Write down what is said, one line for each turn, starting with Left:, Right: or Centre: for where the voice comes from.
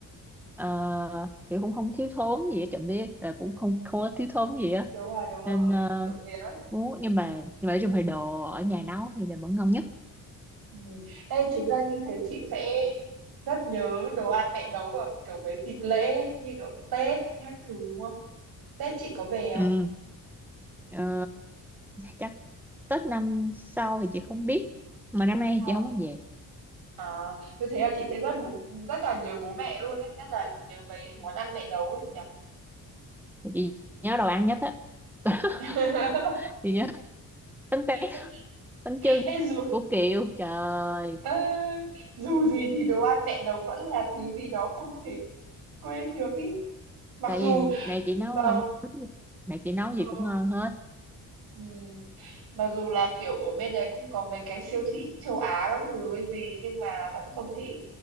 Centre: ờ, kiểu cũng không thiếu thốn gì hết chẳng biết là cũng không thua thiếu thốn gì á
Right: đúng rồi đúng rồi
Centre: nên ờ,
Right: trộm vía
Centre: muốn nhưng mà nhưng mà nói chung thì đồ ở nhà nấu thì là vẫn ngon nhất
Right: ừ. Ê, chính ra như thế chị sẽ rất nhớ đồ ăn mẹ nấu vào kiểu mấy dịp lễ như kiểu Tết hay thứ đúng không Tết chị có về không
Centre: ừ. ờ, chắc Tết năm sau thì chị không biết mà năm nay
Right: ờ
Centre: thì chị không có về
Right: à như thế là chị sẽ rất bố rất là nhớ bố mẹ luôn ấy nhất là nhớ mấy món ăn mẹ nấu ấy nhỉ
Centre: Thì chị nhớ đồ ăn nhất á <laughs>
Right: <laughs>
Centre: chị nhớ bánh tét
Right: ê,
Centre: bánh chưng
Right: ê, dù
Centre: của Kiều trời
Right: ê, dù gì thì đồ ăn mẹ nấu vẫn là thứ gì đó không thể quên được ý mặc
Centre: tại
Right: dù
Centre: vì mẹ chị nấu
Right: mà
Centre: ngon lắm. mẹ chị nấu
Right: ờ,
Centre: gì cũng ngon hết
Right: ừ. mặc dù là kiểu ở bên đấy cũng có mấy cái siêu thị châu Á các thứ với gì nhưng mà vẫn không thể